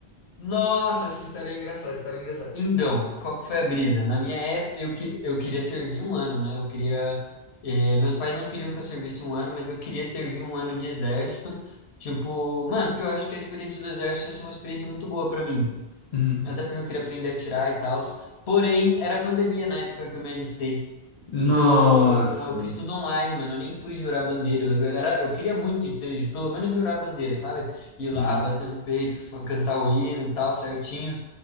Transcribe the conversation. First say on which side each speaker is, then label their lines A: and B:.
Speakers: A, on the left; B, on the left.
A: Nossa, essa história é engraçada, essa história é engraçada. Então, qual que foi a brisa? Na minha época, eu, que, eu queria servir um ano, né? Eu queria. eh, meus pais não queriam que eu servisse um ano, mas eu queria servir um ano de exército. Tipo, mano, porque eu acho que a experiência do exército ia ser uma experiência muito boa pra mim.
B: Hum,
A: até porque eu queria aprender a tirar e tal. Porém, era pandemia na época que eu me alistei.
B: Nossa.
A: Então, eu fiz tudo online, mano. Eu nem fui jurar bandeira. Eu, era, eu queria muito ter, pelo menos jurar bandeira, sabe? Ir lá,
B: hum.
A: bater no peito, fa- cantar o hino e tal, certinho.